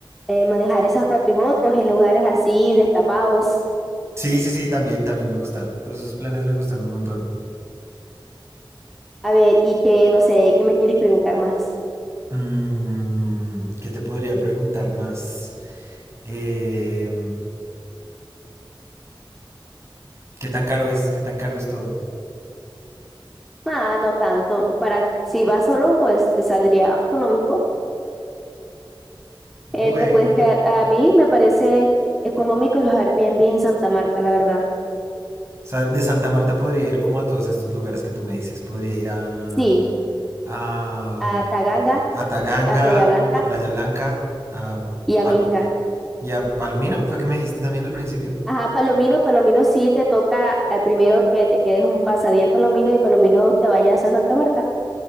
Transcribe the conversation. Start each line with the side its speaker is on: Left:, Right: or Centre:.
Centre: eh, manejar esas cuatrimotos en lugares así destapados.
Right: Sí, sí, sí, también, también me gusta. Todos esos planes me gustan un montón.
Centre: A ver, y que no sé, ¿qué me quieres preguntar más?
Right: Mm, ¿qué te podría preguntar más? Eh, ¿qué tan caro es? ¿Qué tan caro es todo?
Centre: Nada, no tanto. Para si vas solo, pues te saldría económico.
Right: Bueno,
Centre: Eh, te puedes quedar. A mí me parece económico los Airbnb en Santa Marta, la verdad.
Right: o sea, de Santa Marta podría ir como a todos estos lugares que tú me dices. Podría ir a,
Centre: Sí,
Right: a,
Centre: a Taganga,
Right: a Taganga,
Centre: a Playa Blanca
Right: a Playa Blanca, a,
Centre: y a
Right: Pal-
Centre: Minca.
Right: y a Palomino, fue que me dijiste también al principio.
Centre: Ajá, Palomino, Palomino sí te toca eh, primero que te quedes un pasadía en Palomino y Palomino te vayas a Santa Marta.